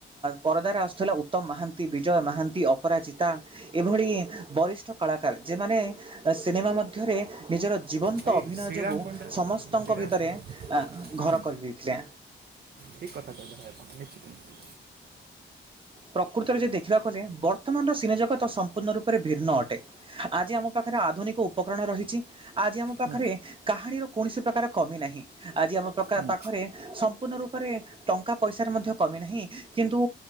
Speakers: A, on the right; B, on the right.
A: ପରଦାରେ ଆସୁଥିଲା ଉତ୍ତମ ମହାନ୍ତି, ବିଜୟ ମହାନ୍ତି, ଅପରାଜିତା। ଏଭଳି ବରିଷ୍ଠ କଳାକାର ଯେମାନେ ସିନେମା ମଧ୍ୟରେ ନିଜର ଜୀବନ୍ତ
B: ଭାଇ
A: ଅଭିନୟ
B: ଶ୍ରୀରାମ
A: ଯୋଗୁଁ
B: ପଣ୍ଡା
A: ସମସ୍ତଙ୍କ
B: ଶ୍ରୀରାମ
A: ଭିତରେ
B: ହୁଁ
A: ଘର କରିଦେଇଥିଲେ।
B: ଠିକ୍ କଥା କହିଲେ ଭାଇ ଆପଣ ନିଶ୍ଚିତ ନିଶ୍ଚିତ
A: ପ୍ରକୃତରେ ଯଦି ଦେଖିବାକୁ ଗଲେ ବର୍ତ୍ତମାନର ସିନେଜଗତ ସମ୍ପୂର୍ଣ୍ଣ ରୂପରେ ଭିନ୍ନ ଅଟେ ଆଜି ଆମ ପାଖରେ ଆଧୁନିକ ଉପକରଣ ରହିଛି। ଆଜି ଆମ ପାଖରେ
B: ହୁଁ
A: କାହାଣୀର କୌଣସି ପ୍ରକାର କମି ନାହିଁ ଆଜି ଆମ ପ୍ରକା
B: ହୁଁ
A: ପାଖରେ ସମ୍ପୂର୍ଣ୍ଣ ରୂପରେ ଟଙ୍କା ପଇସାର ମଧ୍ୟ କମି ନାହିଁ କିନ୍ତୁ